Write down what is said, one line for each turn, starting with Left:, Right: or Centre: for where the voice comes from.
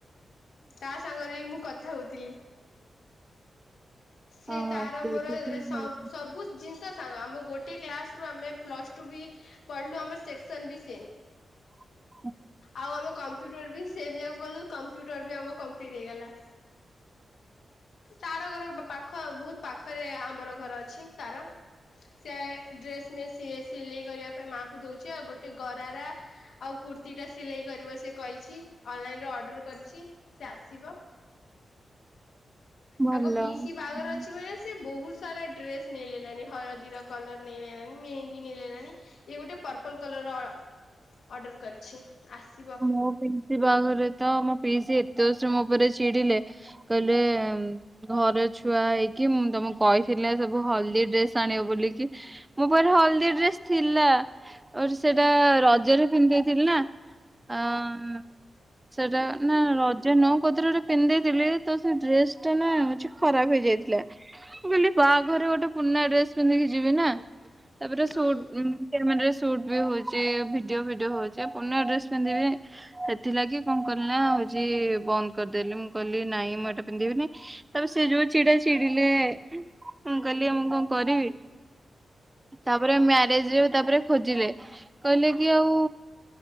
Left: ତା ସାଙ୍ଗରେ ବି ମୁଁ କଥ ଥା ହୋଉଥିଲି ସେ
Right: ହଁ
Left: ତାର
Right: ସେଇଠି
Left: ମୋର
Right: ବି
Left: ସ
Right: ଭଲ।
Left: ସବୁ ଜିନିଷ ସାଙ୍ଗ ଆମ ଗୋଟେ କ୍ଲାସ ରୁ ଆମେ ପ୍ଲସ ଟୁ ବି ପଢିଲୁ ଆମ ସେକ୍ସନ ବି ସେମ୍।
Right: <inaudible>
Left: ଆଉ ଆମ କମ୍ପ୍ୟୁଟର ବି ସେମ ଯାଗାକୁ ଗଲୁ କମ୍ପ୍ୟୁଟର ବି ଆମର କମ୍ପ୍ଲିଟ ହେଇଗଲା। ତାର ଘର ପାଖ ବହୁତ ପାଖରେ ଆମର ଘର ଅଛି ତାର ସେ ଡ୍ରେସ ନେ ସିଏ ସିଲେଇ କରିବା ପାଇଁ ମାଙ୍କୁ ଦଉଛି ଆଉ ଗୋଟେ ଗରାରା ଆଉ କୁର୍ତ୍ତି ଟା ସିଲେଇ କରିବ ସେ କହିଛି। ଅନଲାଇନରେ ଅର୍ଡର କରିଛି ସେ ଆସିବ।
Right: ଭଲ।
Left: ତାଙ୍କ ପିଇସି
Right: ହୁଁ।
Left: ବାହାଘର ଅଛି ମାନେ ସେ ବହୁତ ସାରା ଡ୍ରେସ ମିଳିଲାନି ହଳଦିର କଲର ମିଳିଲାନି ମେହେନ୍ଦି ନେଇଣି ଇ ଗୋଟେ ପର୍ପଲ କଲର ଅ ଅର୍ଡର କରିଛି ଆସିବ।
Right: ମୋ ପିଇସି ବାହାରଘରେ ତ ମୋ ପିଇସି ଏତେ ଜୋରସରେ ମୋ ଉପରେ ଚିଡିଲେ କହିଲେ ଘର ଛୁଆ ହେଇକି ମୁଁ ତମକୁ କହିଥିଲି ସବୁ ହଳଦୀ ଡ୍ରେସ ଆଣିବ ବୋଲିକି। ମୋ ପାଖରେ ହଳଦିଆ ଡ୍ରେସ ଥିଲା ସେଟା ରଜରେ ପିନ୍ଧି ଦେଇଥିଲି ନା। ହଁ। ସେଟା ନା ରଜ ନୁହଁ କୋଉଥୀରେ ଗୋଟେ ପିନ୍ଧି ଦେଇଥିଲି ତ ସେ ଡ୍ରେସ ଟା ନା ହୋଉଛି ଖରାପ ହେଇଯାଇଥିଲା ମୁ କହିଲି ବାହାଘରରେ ଗୋଟେ ପୁରୁଣା ଡ୍ରେସ ପିନ୍ଧିକି ଯିବି ନା ତାପରେ
Left: ହୁଁ
Right: ସୁଟ ଉଁ କ୍ୟାମେରାରେ ସୁଟ୍ ବି ହଉଛି ଭିଡିଓ ଫିଡିଓ ହଉଛି ପୁରୁଣା ଡ୍ରେସ ଚନ୍ ଯିବେ। ସେଥିଲାଗି କଣ କଲିନା ହଉଛି ବନ୍ଦ କରିଦେଲି ମୁଁ କହିଲି ନାଇଁ ମୁଁ ଏଇଟା ପିନ୍ଧିବିନି। ତାପରେ ସେ ଯୋଉ ଚିଡା ଚିଡିଲେ ମୁଁ କହିଲି ମୁଁ କଣ କରିବି। ତାପରେ ମ୍ୟାରେଜ ରେ ତାପରେ ଖୋଜିଲେ କହିଲେ କି ଆଉ